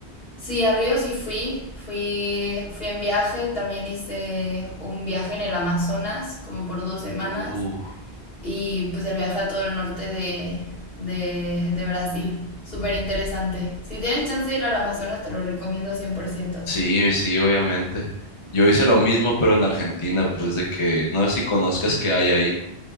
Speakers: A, on the left (about 60°); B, on the left (about 35°).
A: sí, a Río sí fui. Fui, fui en viaje. También hice un viaje en el Amazonas, como por dos semanas.
B: Uh.
A: Y pues el viaje a todo el norte de, de, de Brasil. Súper interesante. Si tienes chance de ir al Amazonas, te lo recomiendo 100%.
B: Sí, sí, obviamente. Yo hice lo mismo, pero en Argentina, pues de que no sé si conozcas qué hay ahí,